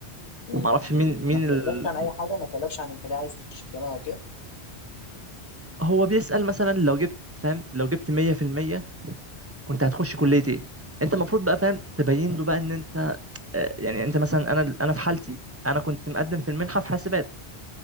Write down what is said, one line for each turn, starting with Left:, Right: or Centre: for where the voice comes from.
Left: مم.
Right: معرفش مين مين
Left: ما سألكش
Right: ال...
Left: عن اي حاجه ما سألكش عن انت ليه عايز تخش الجامعه وكده
Right: هو بيسأل مثلا لو جبت فاهم لو جبت 100% كنت هتخش كلية
Left: مم،
Right: ايه انت المفروض بقى فاهم تبين له بقى ان انت آه، يعني انت مثلا انا انا في حالتي انا كنت مقدم في المنحه في حاسبات